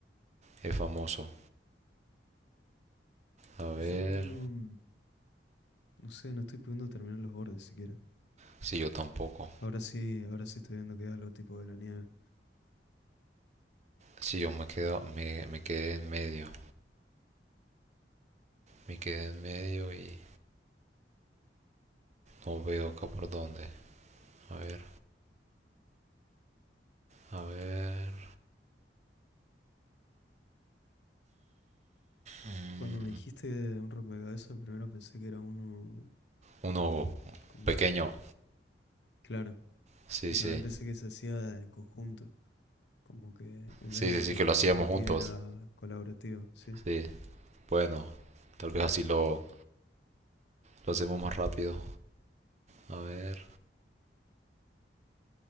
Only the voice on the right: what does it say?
Es famoso. A ver.
Si sí, yo tampoco.
Si sí, yo me quedo, me, me quedé en medio. Me quedé en medio y no veo acá por dónde. A ver, a ver. Mm,
Uno
pequeño.
Sí,
sí.
Sí,
sí, sí, que lo hacíamos
juntos.
Sí. Bueno, tal vez así lo, lo hacemos más rápido. A ver,